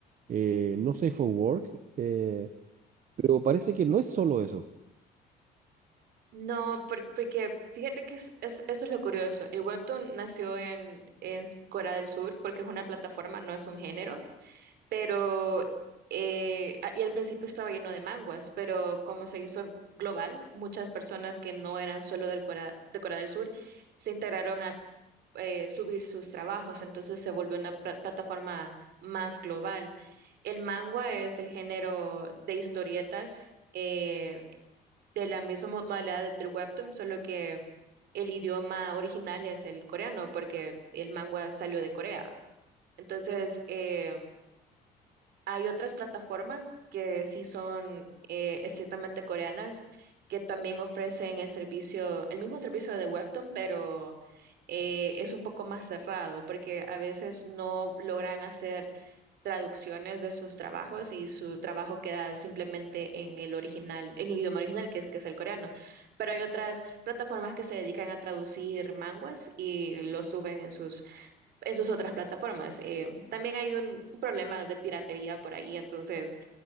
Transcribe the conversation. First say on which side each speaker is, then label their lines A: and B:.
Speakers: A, on the right; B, on the right.
A: eh, no safe for work, eh, pero parece que no es solo eso.
B: No, por- porque fíjate que es- es- esto es lo curioso. El webtoon nació en, en Corea del Sur porque es una plataforma, no es un género, pero eh, a- y al principio estaba lleno de manguas, pero como se hizo global, muchas personas que no eran solo del Corea, de Corea del Sur se integraron a eh, subir sus trabajos, entonces se volvió una pla- plataforma más global. El manga es el género de historietas eh, de la misma mo- modalidad de- del webtoon, solo que el idioma original es el coreano, porque el manga salió de Corea. Entonces, eh, hay otras plataformas que sí son eh, estrictamente coreanas, que también ofrecen el servicio, el mismo servicio de Webtoon, pero eh, es un poco más cerrado, porque a veces no logran hacer traducciones de sus trabajos y su trabajo queda simplemente en el original, en el idioma original, que es, que es el coreano. Pero hay otras plataformas que se dedican a traducir manguas y lo suben en sus en sus otras plataformas. Eh, también hay un problema de piratería por ahí, entonces